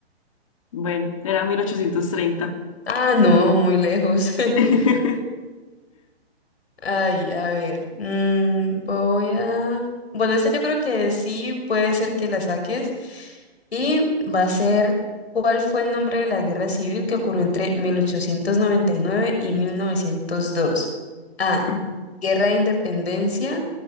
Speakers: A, on the left; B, on the left.
A: Bueno, era 1830.
B: Ah, no, muy lejos. <laughs>
A: <laughs>
B: Ay, a ver, mm, voy a... Bueno, esta yo creo que sí puede ser que la saques. Y va a ser, ¿cuál fue el nombre de la guerra civil que ocurrió entre 1899 y 1902? A.
A: Ujú.
B: Guerra de Independencia.